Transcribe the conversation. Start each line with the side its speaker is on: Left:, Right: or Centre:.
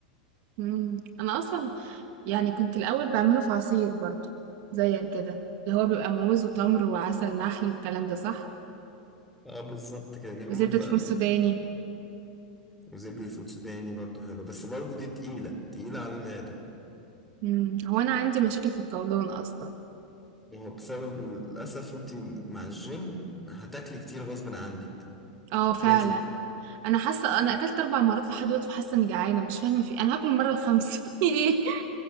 Right: مم. انا اصلا يعني كنت الأول بعمله في عصير برضو زيك كده اللي هو بيبقى موز وتمر وعسل نحل والكلام ده صح
Centre: اه بالظبط كده جميل
Right: وزبدة
Centre: بقى
Right: فول
Centre: الموضوع
Right: سوداني
Centre: وزبدة الفول السوداني برضو حلو بس برضو دي تقيلة تقيلة على المعدة
Right: مم. هو أنا عندي مشاكل في القولون أصلا
Centre: ما هو بسبب للأسف أنت مع الجيم هتاكلي كتير غصب عنك
Right: اه فعلا
Centre: لازم
Right: أنا حاسة أنا أكلت أربع مرات لحد دلوقتي وحاسة إني جعانة مش فاهمة في إيه. أنا هاكل المرة الخامسة <laughs> في إيه